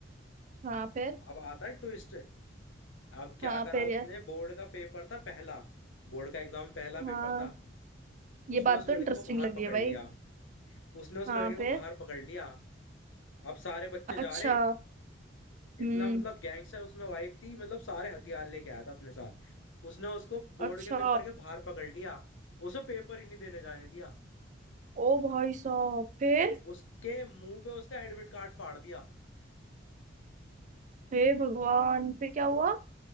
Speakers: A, on the right; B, on the left.
A: हाँ फिर
B: अब आता है ट्विस्ट अब क्या
A: हाँ
B: करा
A: फिर
B: उसने
A: यार
B: बोर्ड का पेपर था पहला बोर्ड का एग्जाम पहला
A: हाँ
B: पेपर था
A: ये
B: उसने
A: बात
B: उस लड़के
A: तो इंटरेस्टिंग
B: को बाहर
A: लग
B: पकड़
A: रही है भाई
B: लिया उसने उस
A: हाँ
B: लड़के को
A: फिर
B: बाहर पकड़ लिया अब सारे बच्चे
A: अच्छा
B: जा रहे इतना
A: हम्म
B: मतलब गैंगस्टर उसमें वाइब थी मतलब सारे हथियार लेके आया था अपने साथ उसने उसको बोर्ड
A: अच्छा
B: के पेपर के बाहर पकड़ लिया उसे पेपर ही नहीं देने जाने दिया
A: ओ भाई साहब फिर
B: उसके मुंह पे उसका एडमिट कार्ड फाड़ दिया
A: हे भगवान फिर क्या हुआ